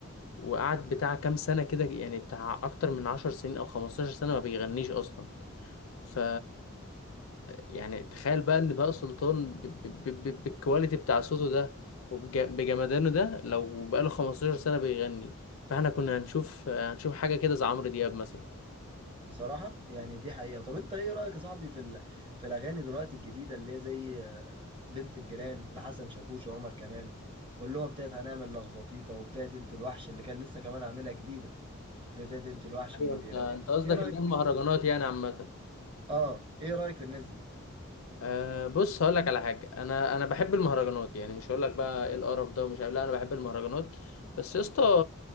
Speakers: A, on the left; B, on the right.
A: وقعد بتاع كام سنه كده يعني بتاع اكتر من عشر سنين او خمستاشر سنه ما بيغنيش اصلا ف يعني تخيل بقى ان بقى سلطان ب... ب... ب... ب- بالكواليتي بتاع صوته ده وبجمدانه ده لو بقاله 15 سنة بيغني فاحنا كنا هنشوف هنشوف حاجة كده زي عمرو دياب مثلا
B: بصراحه يعني دي حقيقه طب انت ايه رايك يا صاحبي في ال... في الاغاني دلوقتي الجديده اللي هي زي آه، بنت الجيران لحسن شاكوش وعمر كمال واللي هو بتاعت هنعمل لخبطيطه وبتاعت انت الوحش اللي كان لسه كمان عاملها جديده اللي هي بتاعت انت الوحش اللي
A: ايوه
B: ما بيريحش
A: انت انت قصدك
B: ايه رايك
A: اللي هي المهرجانات يعني عامة
B: اه ايه رايك في الناس دي
A: أه بص هقول لك على حاجة انا انا بحب المهرجانات يعني مش هقول لك بقى ايه القرف ده ومش عارف لا انا بحب المهرجانات بس يا اسطى